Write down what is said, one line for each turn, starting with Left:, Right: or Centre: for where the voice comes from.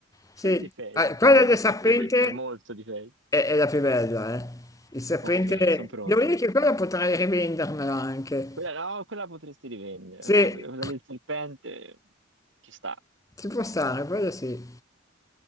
Right: C'è
Left: Sì.
Right: di peggio.
Left: Ah, quella del serpente
Right: C'è c'è molto di peggio.
Left: è, è la più bella, eh. Il serpente...
Right: Ok, sono pronto.
Left: Devo dire che quella potrei rivendermela anche.
Right: Quella, no, quella potresti rivendere.
Left: Sì,
Right: Questa- Quella del serpente ci sta.
Left: ci può stare, quella sì.